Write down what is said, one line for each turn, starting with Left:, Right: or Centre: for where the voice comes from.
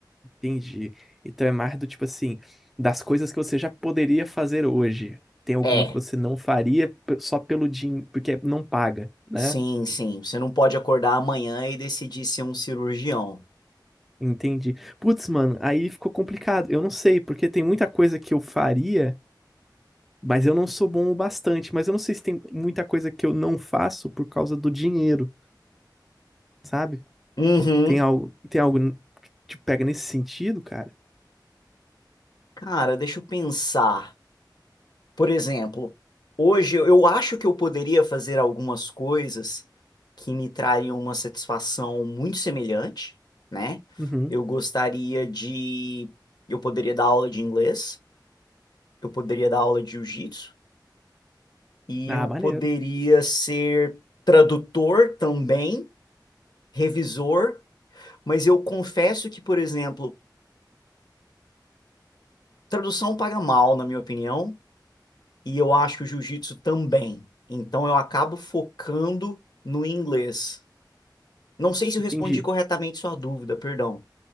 Centre: Entendi. Então é mais do tipo assim, das coisas que você já poderia fazer hoje. Tem alguma
Left: É,
Centre: que você não faria p- só pelo dinheiro, porque não paga, né?
Left: sim, sim. Você não pode acordar amanhã e decidir ser um cirurgião.
Centre: Entendi. Putz, mano, aí ficou complicado. Eu não sei, porque tem muita coisa que eu faria, mas eu não sou bom o bastante. Mas eu não sei se tem muita coisa que eu não faço por causa do dinheiro, sabe?
Left: Uhum.
Centre: Tem algo, tem algo que te pega nesse sentido, cara?
Left: Cara, deixa eu pensar. Por exemplo, hoje eu eu acho que eu poderia fazer algumas coisas que me trariam uma satisfação muito semelhante, né?
Centre: Uhum.
Left: Eu gostaria de. Eu poderia dar aula de inglês, eu poderia dar aula de jiu-jitsu, e
Centre: Ah,
Left: eu
Centre: maneiro.
Left: poderia ser tradutor também, revisor, mas eu confesso que, por exemplo, tradução paga mal, na minha opinião, e eu acho que o jiu-jitsu também. Então eu acabo focando no inglês. Não sei se eu
Centre: Entendi.
Left: respondi corretamente sua dúvida, perdão.